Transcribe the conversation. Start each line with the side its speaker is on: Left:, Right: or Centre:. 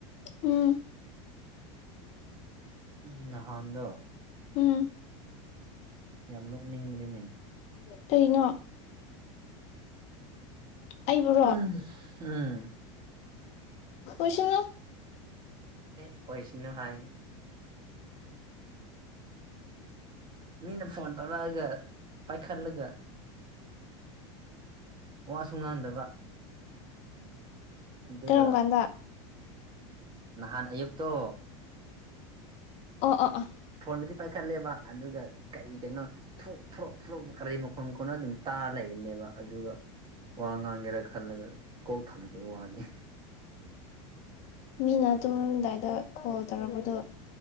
Left: ꯎꯝ
Right: ꯎꯝ ꯅꯍꯥꯟꯗꯣ
Left: ꯎꯝ
Right: ꯌꯥꯝ ꯅꯣꯛꯅꯤꯡꯕꯅꯤꯅꯦ
Left: ꯀꯩꯅꯣ ꯑꯩꯕꯨꯔꯣ
Right: ꯎꯝ ꯎꯝ
Left: ꯑꯣꯏꯁꯅꯨ
Right: ꯑꯦ ꯑꯣꯏꯁꯅꯨ ꯍꯥꯏꯌꯦ ꯃꯤꯅ ꯐꯣꯟ ꯇꯧꯔꯛꯑꯒ ꯄꯥꯏꯈꯠꯂꯒ ꯋꯥꯁꯨ ꯉꯥꯡꯗꯕ ꯑꯗꯨꯒ
Left: ꯀꯔꯝꯒꯥꯟꯗ
Right: ꯅꯍꯥꯟ ꯑꯌꯨꯛꯇꯣ
Left: ꯑꯣ ꯑꯣ
Right: ꯐꯣꯟꯕꯨꯗꯤ ꯄꯥꯏꯈꯠꯂꯦꯕ ꯑꯗꯨꯒ ꯀꯩ ꯀꯩꯅꯣ ꯐ꯭ꯔꯣ ꯐ꯭ꯔꯣꯛ ꯐ꯭ꯔꯣꯛ ꯀꯔꯤ ꯃꯈꯣꯟ ꯈꯣꯟꯅꯣ ꯑꯗꯨꯝ ꯇꯥꯔ ꯂꯩꯕꯅꯦꯕ ꯑꯗꯨꯒ ꯋꯥ ꯉꯥꯡꯒꯦꯔꯥ ꯈꯜꯂꯒ ꯀꯣꯛ ꯊꯝꯈꯤꯕ ꯋꯥꯅꯤ
Left: ꯃꯤꯅ ꯇꯨꯝꯂꯝꯗꯥꯏꯗ ꯀꯣꯜ ꯇꯧꯔꯛꯄꯗꯣ